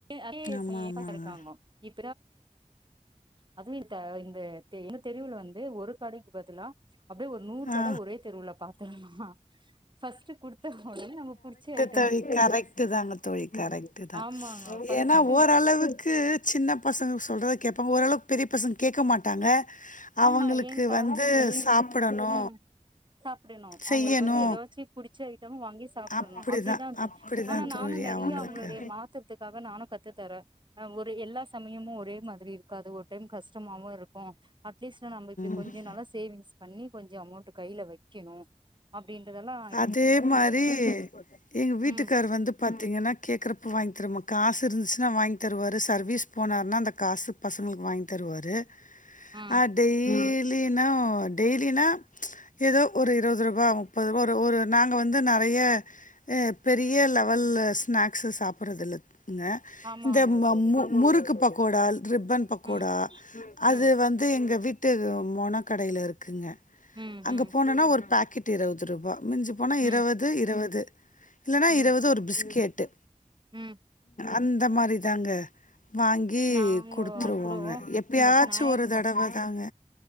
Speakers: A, on the right; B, on the left.
A: அதே <inaudible>
B: ஆமா ஆமாங்க
A: <inaudible> அதுவு <inaudible> இந்த தெருவுல வந்து ஒரு கடைக்கு பதிலா அப்டியே ஒரு நூறு கட
B: ஆ
A: ஒரே தெருவுல பாத்தே நா ஃபஸ்ட்டு குடுத்த ஒடனே நம்ம புடுச்சி <unintelligible>
B: <unintelligible> கரெக்ட்டு தாங்க தோழி கரெக்ட்டு தா
A: ஆமாங்க
B: தோழி
A: ஃபர்ஸ்ட்
B: ஏன்னா ஒர ரளவுக்கு சின்ன பசங்க சொல்றத கேப்பாங்க ஓரளவுக்கு பெரிய பசங்க கேட்க மாட்டாங்க
A: ஆமா
B: அவங்களுக்கு
A: ஏ காசு
B: வந்து
A: ஏ
B: சாப்பிடணு
A: ம் சாப்டணு அவுங்களுக்கு
B: செய்யணு
A: வந்து எதாச்சு புடுச்ச <unintelligible> வாங்கி சாப்ட்ருர்ணு
B: அப்படிதான்
A: அப்டிதா தோ
B: அப்படிதான்
A: ஆனா நானு
B: தோழி
A: நெறைய
B: அவங்களுக்கு
A: அவங்களுடைய மா த்தத்துக்காக நானு கத்து தரே அ ஒரு எல்லா சமயமு ஒரே மாதிரி இருக்காது ஒரு டைம் கஷ்டமாவு இருக்கு அட்லீஸ்ட்ல நம்ப இப்டி கொஞ்ச
B: ம்
A: நாளா சேவிங்ஸு பண்ணி கொஞ்ச அமௌண்ட்டு கைல வெக்கணு அப்டின்றதெல்லா
B: அதே மாரி எங்க வீட்டுக்காரு
A: ம்
B: வந்து பாத்திங்கனா கேக்குறப்ப வாங்கி தரமா காசு இருந்துச்சுனா வாங்கி தருவாரு சர்வீஸ் போனாருனா அந்த காசுக் பசங்களுக்கு வாங்கி தருவாரு
A: ம்
B: ஆ டெய் லினா டெய்லினா எதோ ஒரு இருவது ரூபா முப்பது ரூபா ஒர் ந்த ஒரு நாங்க வந்து நெறைய அ பெரிய லெவல்ல ஸ்நாக்ஸு சாப்பிட்றதில்ல இவ்ங்க
A: ஆமாங்க
B: இந்த ம
A: தோழி
B: மு முறுக்கு பக்கோடா ரிப்பன் பக்கோடா
A: ம்
B: அது
A: ம்
B: வந்து எங்க வீட் ட்டு மொனக் கடைல இருக்குங்க
A: ம்
B: அங்க
A: ம்
B: போனனா ஒரு பாக்கெட் இருவது ரூபா மிஞ்சிப் போனா
A: ம்
B: இருவது இருவது இல்லனா
A: ம்
B: இருவது ஒரு பிஸ்கேட்டு
A: ம்
B: அந்த மாரி தாங்க வாங்கி
A: நாங்க
B: குடுத்துருவோங்க
A: கூடோ
B: எப்பயாச்சு
A: இந்த ஸ்நாக்ஸ்
B: ஒரு தடவ தாங்க